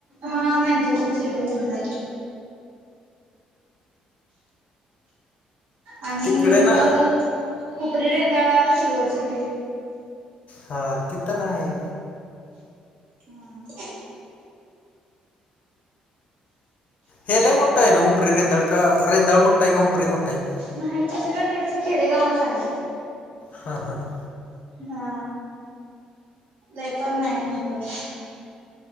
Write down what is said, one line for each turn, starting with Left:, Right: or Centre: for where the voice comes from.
Right: हा मॅनचेस्टर सिटी म्हणतात.... आणि
Left: तिकडे
Right: इथ
Left: ना
Right: खुपरी रेंदाळा सिल्वर सिटी.....
Left: हा ति तर आहे...
Right: हम्म...
Left: हे लय मोठं आहे ना हुपरी रेंदाळ का रेंदाळ मोठा आहे का हुपरी मोठा आहे?
Right: नाही तसं का नाही असं खेडेगावच आहे....
Left: हा हा ह....
Right: हा लय पण नाही मोठं....